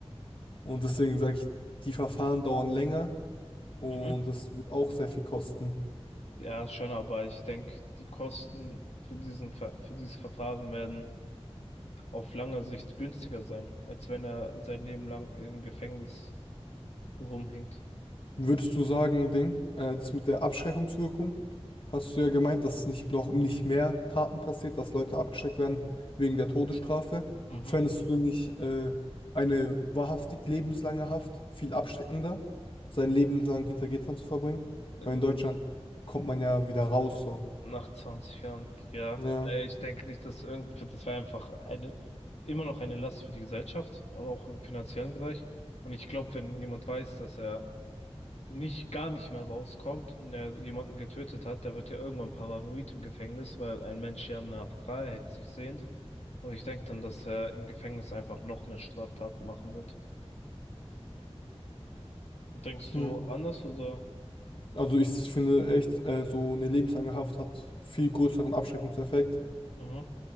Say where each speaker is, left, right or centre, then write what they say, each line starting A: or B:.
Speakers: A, on the left; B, on the left.
A: Und deswegen sage ich, die Verfahren dauern länger und
B: Mhm.
A: es wird auch sehr viel kosten.
B: Ja, schon, aber ich denke, die Kosten für diesen, Ver- für dieses Verfahren werden auf lange Sicht günstiger sein, als wenn er sein Leben lang im Gefängnis rumhängt.
A: Würdest du sagen, Ding, äh, das mit der Abschreckungswirkung, hast du ja gemeint, dass es nicht noch nicht mehr Taten passiert, dass Leute abgeschreckt werden wegen der Todesstrafe.
B: Mhm.
A: Fändest du nicht äh, eine wahrhaftig lebenslange Haft viel abschreckender, sein Leben lang hinter Gittern zu verbringen?
B: Ähm,
A: Weil in Deutschland kommt man ja wieder raus, so.
B: Nach 20 Jahren, ja.
A: Ja.
B: Äh, Ich denke nicht, dass irgend, das wäre einfach eine, immer noch eine Last für die Gesellschaft, aber auch im finanziellen Bereich. Und ich glaube, wenn jemand weiß, dass er nicht, gar nicht mehr rauskommt und er jemanden getötet hat, der wird ja irgendwann paranoid im Gefängnis, weil ein Mensch ja nach Freiheit sich sehnt. Und ich denke dann, dass er im Gefängnis einfach noch mehr Straftaten machen wird. Denkst
A: Hm.
B: du anders oder?
A: Also ich finde echt, äh, so eine lebenslange Haft hat viel größeren Abschreckungseffekt
B: Mhm.